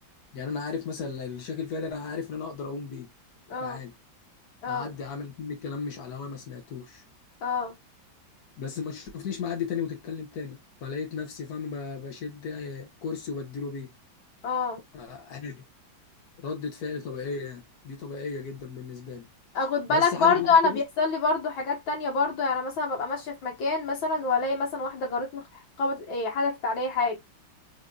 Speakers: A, on the left; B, on the left.
A: يعني انا عارف مثلا الشكل فيها ده انا عارف ان انا اقدر اقوم بيه
B: اه
A: فعادي
B: اه
A: هعدي عامل كل الكلام مش على هواي ما سمعتوش
B: اه
A: بس ما تشوفنيش معدي تاني وتتكلم تاني فلقيت نفسي فاهم ب- بشد كرسي وبديله بيه
B: اه
A: عادي ردة فعل طبيعية يعني دي طبيعية جدا بالنسبة لي
B: اخد
A: بس
B: بالك
A: حاجة
B: برضو
A: زي
B: انا
A: كده
B: بيحصل لي برضو حاجات تانية برضو يعني مثلا ببقى ماشية في مكان مثلا والاقي مثلا واحدة جارتني خبط ايه حدفت عليا حاجة